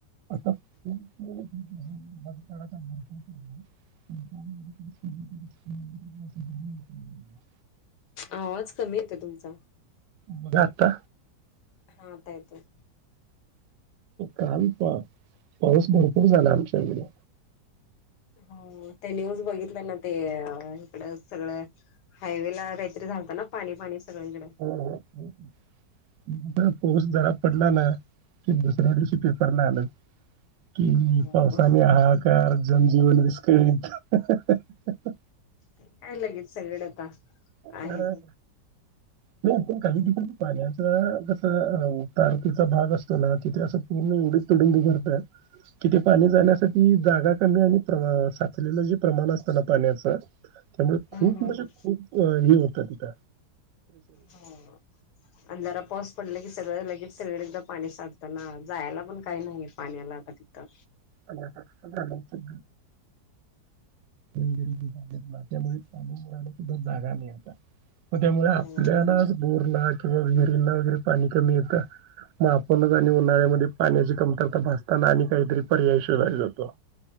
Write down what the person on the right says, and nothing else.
खूप <inaudible>
मजा आता
काल पा पाऊस भरपूर झाला आमच्या इकडे
हो हो पोर्स्ट जरा पडलाला की दुसऱ्या दिवशी पेपरला आलं कि
पासानी हहाकार जमजीवन विस्क य
अं,
नाही पण काही तिथ पाण्याचा कस तारतीचा भाग असतो ना तिथे असं पूर्ण एवढीच तुडब भरतात तिथे पाणी जाण्यासाठी जागा आणि लं जे प्रमाण असतना पाण्याच त्यामुळे खूप
म्हणजे खूप हे होत प्रधिक
रस्ते वगैरे ज झाले तु त्यामुळे तल मुला सुद्धा जागा नाही आता त्यामुळे
आपल्यालाच बोलणार किंवा विहिरीना वगैरे पाणी कमी येतं मग आपणच आणि उन्हाळ्यामध्ये पाण्याची कमतरता भासताना आणि काहीतरी पर्याय शरधला जातो